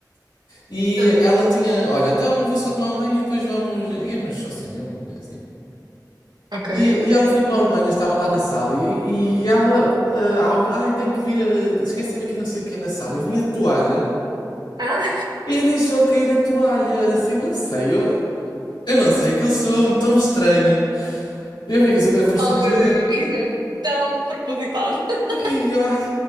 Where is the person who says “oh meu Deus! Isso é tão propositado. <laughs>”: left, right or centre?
Right